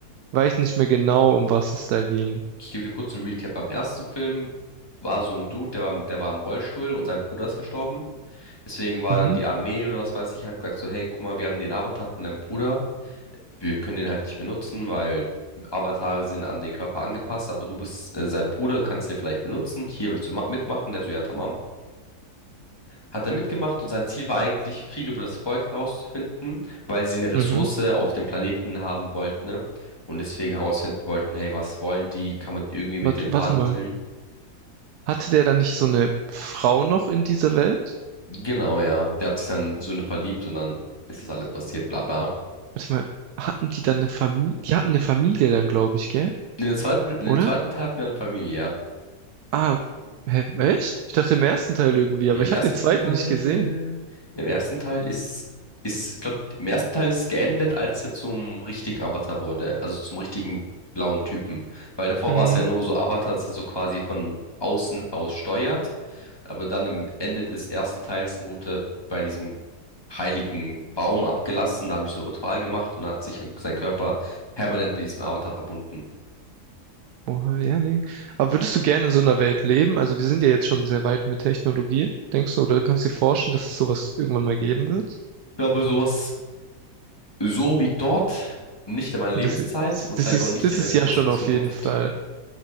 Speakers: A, on the right; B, on the left.
A: weiß nicht mehr genau, um was es da ging.
B: Ich gebe dir kurz einen Recap. Beim ersten Film war so ein Dude, der war, im- der war im Rollstuhl und sein Bruder ist gestorben. Deswegen war
A: Mhm,
B: dann die Armee oder was weiß ich, hat gesagt so, hey, guck mal, wir haben den Avatar von deinem Bruder. Wir können den halt nicht benutzen, weil Avatare sind an den Körper angepasst, aber du bist äh, sein Bruder, du kannst den vielleicht benutzen. Hier willst du ma- mitmachen? Der so, ja, tamam. hat er mitgemacht und sein Ziel war eigentlich, viel über das Volk herauszufinden, weil sie eine Ressource
A: mhm.
B: auf dem Planeten haben wollten, ne? Und deswegen herausfinden wollten, hey, was wollen die? Kann man irgendwie mit
A: Warte,
B: denen
A: warte
B: verhandeln?
A: mal. Hatte der dann nicht so eine Frau noch in dieser Welt?
B: Genau, ja. Der hat sich dann in so eine verliebt und dann ist das alles passiert, bla bla.
A: Warte mal, hatten die dann eine Familie? Die hatten eine Familie dann, glaube ich, gell?
B: In der zweiten, in
A: Oder?
B: dem zweiten Teil hatten wir eine Familie, ja.
A: Ah, hä, echt? Ich dachte im ersten Teil irgendwie, aber
B: Nee, Im
A: ich
B: ersten
A: habe den zweiten
B: Teil,
A: nicht gesehen.
B: im ersten Teil ist, ist, ich glaube, im ersten Teil ist es geendet, als er zum richtigen Avatar wurde, also zum richtigen blauen Typen. Weil davor
A: Hm,
B: war es ja nur so Avatar, dass er so quasi von außen aus steuert. Aber dann am Ende des ersten Teils wurde er bei diesem heiligen Baum abgelassen, da haben die so ein Ritual gemacht und da hat sich sein Körper permanent mit diesem Avatar verbunden.
A: oh, ja, nee. Aber würdest du gerne in so einer Welt leben? Also wir sind ja jetzt schon sehr weit mit Technologie, denkst du? Oder kannst du dir vorstellen, dass es sowas irgendwann mal geben wird?
B: Ich glaube, sowas, so wie dort, nicht in meiner Lebenszeit
A: Ja, Das, ist-
B: und vielleicht
A: das ist,
B: auch nicht
A: das
B: in der
A: ist
B: großen
A: ja schon
B: Zukunft.
A: auf jeden Fall,